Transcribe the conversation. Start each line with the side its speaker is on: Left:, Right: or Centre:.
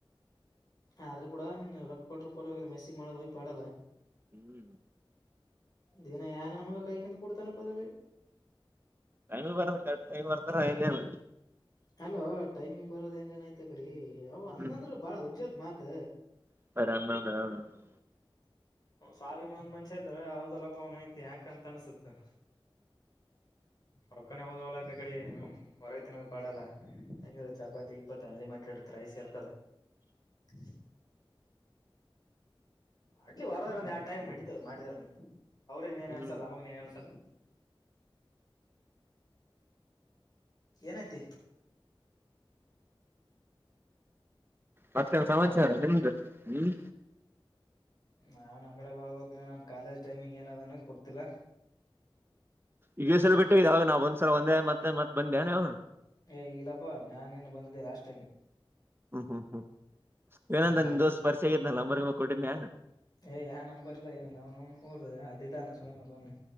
Left: ಆದ್ರೂ ಬಿಡ ನಿನ್ ರೊಕ್ಕ ಕೊಟ್ಟ್ರರು ಪರವಾಗಿಲ್ಲ ಮೆಸ್ಸಿಗಿ ಮಾಡದ ಹೋಗ್ ಪಾಡಲ್ಲ
Right: ಹ್ಮ್
Left: ದಿನ ಯಾ ನನ್ನ ಮಗ ಕಾಯಕೊಂಡ ಕೂಡ್ತಾನ ಪ ಅಲ್ಲಿ
Right: ಟೈಮಗಿ ಬರದ ಕರೆಕ್ ಟೈಮ್ ಬರ್ತಾರ ಇಲ್ಲಿನು
Left: ಅಲ್ಲೋ ಟೈಮಿಂಗ್ ಬರೋದ ಹೆಂಗನ್ ಐತೆ ಆ ಕಡಿ ಅವು ಅಂದಂದ್ರ
Right: ಹ್ಮ್
Left: ಬಾಳ ವಜ್ಜ ಅದ ಮಾತ್
Right: <unintelligible>
Left: ಸ್ವಾಭಿಮಾನ ಮನ್ಷ ಇದದ್ರ ಹೌದಲ್ಲಪ್ಪ ಅವನ ಐತಿ ಯಾಕಂತ ಅನ್ಸುತ್ತ
Right: <inaudible>
Left: ರೊಕ್ಕನ ಹೋದ್ರ ಹೋಗಲಾಕ ಆ ಕಡೆ ಹ್ಮ ಹೊರಗ ತಿನ್ದ ಪಾಡಲ್ಲ ಹೆಂಗಿದ್ರು ಚಪಾತಿ ಗಿಪತಿ ಅನ್ಲಿಮಿಟೆಡ್ ರೈಸ್ ಇರ್ತದ ಹ್ಮ ಮಾಡ್ಲಿ ವಾರ್ದಗ ಒಂದು ಆ ಟೈಮ್ ನಡೀತದ ಮಾಡಿದಾರ ಅವ್ರಗ್ ಏನ್
Right: ಹ್ಮ್
Left: ಅನ್ಸಲ್ಲ ನಮಗ ಏನ್ ಅನ್ಸಲ್ಲ ಏನಂತೆ
Right: ಮತ್ತೇನ ಸಮಾಚಾರ
Left: ಹಾ
Right: ನಿಮ್ದು ಹ್ಮ್
Left: ನಾವ್ ನ್ ಕಡೆ ಬರ್ಬೇಕು ನಮ್ ಕಾಲೇಜ್ ಟೈಮಿಂಗ ಏನ ಅದೂಕುರ್ತೀಲ್ಲಾ
Right: ಈಗ ಸಲ ಬಿಟ್ಟು ಅವಾಗ ನಾವ್ ಒಂದ್ಸಲ ಒಂದೇ ಮತ್ತೆತ್ತತ್ ಬಂದೆ ಅವು
Left: ಏ ಇಲ್ಲಪ್ಪಾ ನಾನ್ ನಿನ್ ಬಂದಿದ್ದೆ ಲಾಸ್ಟ್ ಟೈಮ್
Right: ಹ್ಮ್ ಹ್ಮ್ ಹ್ಮ್ ಏನಂದ
Left: ಬಂದಿಲ್ಲಪ್ಪಿ
Right: ನಿಮ್ಮ ದೋಸ್ತ್ ಪರಿಚಯ ಇದ್ನಲ ನಂಬರ್ ಗಿಂಬರ್ ಕೊಟ್ಟಿದ್ದೆ ನನ್
Left: ಏ ಯಾವ ನಂಬರ್ಲ್ಲ ಏನ ನ್ನು ಅನೌನ್ ಊರು ಅದ ಇದಾನ ಸೊಳೆ ಮಗ ಅವನ